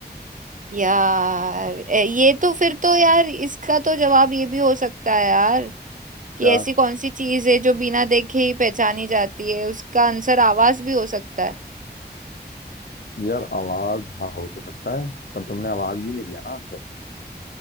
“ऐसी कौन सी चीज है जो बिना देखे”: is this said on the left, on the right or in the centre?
Right